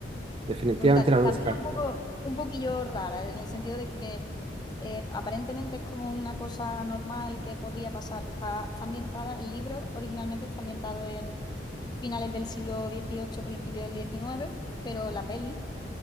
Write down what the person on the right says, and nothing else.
Definitivamente
la voy
a buscar.